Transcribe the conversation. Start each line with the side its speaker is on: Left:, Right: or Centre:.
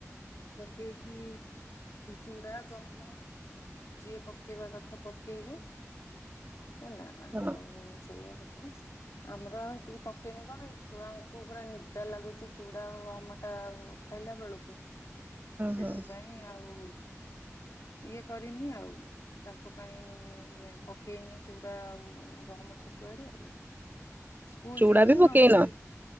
Left: ପକେଇକି ଚୁଡା ଗହମ। ଯିଏ ପକେଇବା କଥା ପକେଇବେ ହେଲା।
Right: ହଁ।
Left: ହୁଁ ସେଇଆ କଥା ଆମର ଆଉ ଏତିକି ପକେଇନି କଣ କି। ଛୁଆଙ୍କୁ ପୁରା ନିଦା ଲାଗୁଛି ଚୁଡା ଆଉ ଗମଟା ଖାଇଲା ବେଳକୁ। ସେଥିପାଇଁ
Right: ହଁ
Left: ଆଉ ଇଏ କରିନି ଆଉ। ତାଙ୍କ ପାଇଁ ପକେଇନି ଚୁଡା ଆଉ ଗହମ ଛତୁଆରେ ଆଉ।
Right: <inaudible>
Left: ସ୍କୁଲ
Right: ଚୁଡା
Left: ଯିବେ
Right: ବି
Left: ନା
Right: ପକେଇନ
Left: ନହେଲେ ସେଇ